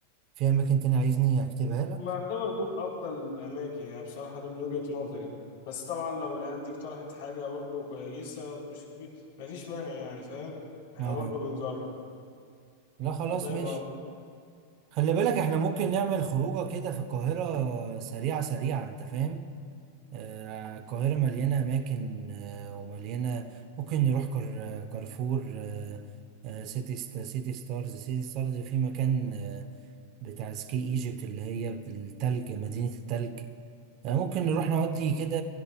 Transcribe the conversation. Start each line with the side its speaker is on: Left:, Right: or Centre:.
Right: في اماكن تاني عايزني اكتبها لك
Left: ما اعتبر دول افضل الاماكن يعني بصراحه ده من وجهه نظري بس طبعا لو العيال دي اقترحت حاجه برضه كويسه مش في ما فيش مانع يعني فاهم احنا
Right: اه
Left: برضه بنجرب
Right: لا خلاص
Left: فده يبقى
Right: ماشي خلي بالك احنا ممكن نعمل خروجه كده في القاهرة سريعة سريعة انت فاهم آه، القاهرة مليانة أماكن آه، ومليانة ممكن نروح كار كارفور آه، آه، سيتي ست سيتي ستارز سيتي ستارز في مكان آه، بتاع سكي ايجيبت اللي هي التلج مدينة التلج آه، ممكن نروح نودي كده